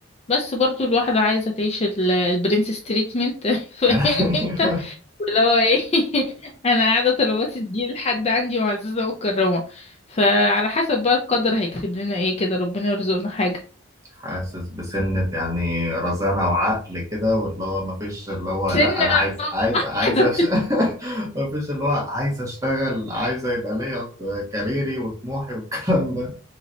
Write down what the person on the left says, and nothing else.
بس برضو الواحدة عايزة تعيش ال- البرنسس تريتمنت <laughs> فاهم
انت اللي هو ايه <laughs> انا قاعده طلباتي تجي لحد عندي معززه مكرمه فعلى حسب بقى القدر هيكتب لنا ايه كده ربنا يرزقنا حاجه
سنه
واحده